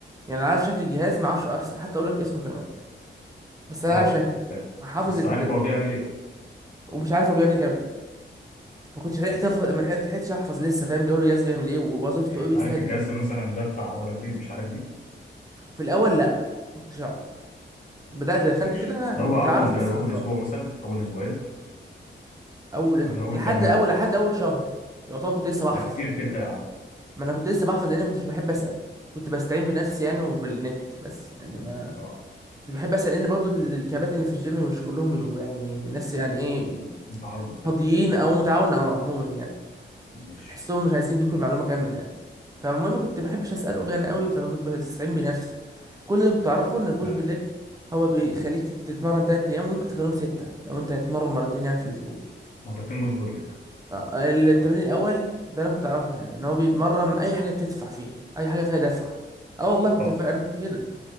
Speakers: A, on the right; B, on the left.
A: يعني انا عارف شكل الجهاز ما اعرفش أص- حتى اقول لك اسمه كمان بس انا
B: أه
A: عارف شكله
B: فاهم
A: حافظ
B: بس
A: ال...
B: عارف
A: ال-
B: هو بيعمل إيه؟
A: ومش عارف هو بيعمل ايه كمان ما كنتش لحقت
B: ما
A: أف-
B: يعني
A: ما لحقتش احفظ لسه فاهم جو الجهاز بيعمل ايه ووظيفته
B: يعني
A: ايه
B: أنت
A: بيستهدف
B: عارف الجهاز
A: ايه
B: مثلا ده بتاع عضلتين مش عارف دي
A: في الاول لا ما كنتش اعرف بدات دخلت
B: ماشي
A: كده
B: لو
A: كنت
B: هو أول
A: اعرف بس
B: أول
A: النظام
B: أسبوع مثلا أول أسبوعين
A: اول اسبوع
B: ولا أول
A: لحد
B: كام يوم
A: اول لحد اول شهر يعتبر كنت لسه بحفظ
B: لا كتير
A: في البتاع.
B: كده يا عم
A: ما انا كنت لسه بحفظ لان كنت مش بحب اسال كنت بستعين بنفسي يعني وبالنت بس يعني ما
B: أه
A: كنت
B: فهمت
A: بحب اسال لان برضو ال- الكباتن اللي في الجيم مش كلهم بيبقوا يعني ناس يعني ايه
B: متعاونة وكده
A: فاضيين او متعاونه اه عموما يعني
B: ماشي
A: فتحسهم مش عايزين يدوك المعلومه كامله يعني فالمهم كنت ما بحبش اساله يعني قوي فكنت بستعين بنفسي كل اللي كنت اعرفه ان البوش
B: تمام
A: بالليج هو بيخليك تت- تتمرن تلات ايام وممكن تخليهم سته لو انت هتتمرن مرتين يعني في الاسبوع
B: مرتين بوش بود ليج
A: آه،
B: أه
A: التمرين الاول ده انا كنت اعرفه يعني ان هو بيتمرن اي حاجه بتدفع فيها اي حاجه فيها دفع اه والله كنت
B: صح
A: فا... انا كنت كده